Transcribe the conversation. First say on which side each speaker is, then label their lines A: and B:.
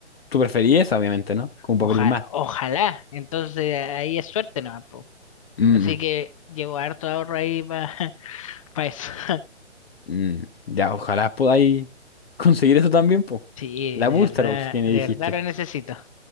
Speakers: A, on the left (about 55°); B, on the left (about 30°).
A: Tú preferís esa, obviamente, ¿no? Como
B: Oja-
A: para abrir más.
B: ojalá. Entonces ahí es suerte, ¿no? Po.
A: Mm,
B: Así que llevo harto ahorro ahí para <laughs> eso. <laughs>
A: mm. mm. Ya, ojalá podáis <laughs> conseguir eso también, po.
B: Sí,
A: La
B: de
A: Booster
B: verdad,
A: Box que me
B: de
A: dijiste.
B: verdad lo necesito.